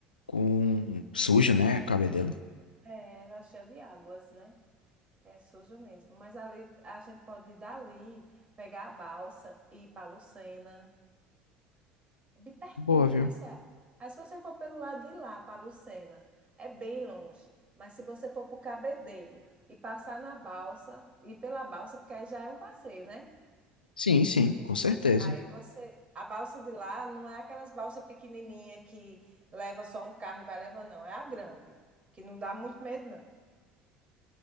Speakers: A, on the left (about 80°); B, on the right (about 25°).
A: com sujo, né, cabedelo.
B: É, ela é cheia de águas, né? É suja mesmo. Mas ali a gente pode ir dali, pegar a balsa e ir para Lucena. Bem pertinho,
A: Boa, viu.
B: viu? Sara? Aí se você for pelo lado de lá, para Lucena, é bem longe. Mas se você for para o Cabedelo e passar na balsa, e pela balsa, porque aí já é um passeio, né?
A: Sim, sim, com certeza.
B: Aí você, a balsa de lá não é aquelas balsas pequenininha que leva só um carro e vai levando, não. É a grande, que não dá muito medo, não.